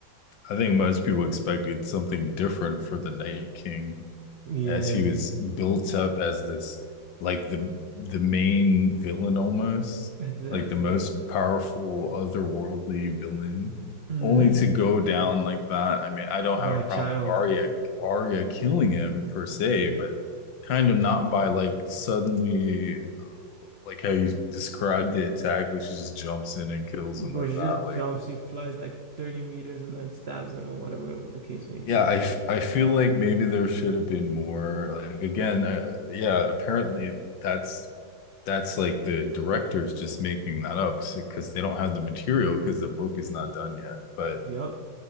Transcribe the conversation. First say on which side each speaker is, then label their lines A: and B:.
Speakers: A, on the left; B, on the right.
A: I think most people expected something different for the Night King
B: Yeah.
A: as he was built up as this like the the main villain almost
B: Exactly.
A: like the most powerful otherworldly villain
B: hmm
A: only to go down like that I mean I don't
B: By
A: have a
B: a
A: problem
B: child.
A: with Arya Arya killing him per se but kind of not by like suddenly uh, like how you described the attack like she just jumps in and kills
B: Bro,
A: him like
B: she
A: that
B: just jumps,
A: like
B: she flies like 30 meters and then stabs them or whatever the case may be.
A: Yeah, I, f- I feel like maybe there should have been more. Like again, uh, yeah, apparently that's that's like the director's just making that up because they don't have the material because the book is not done yet. But
B: Yup.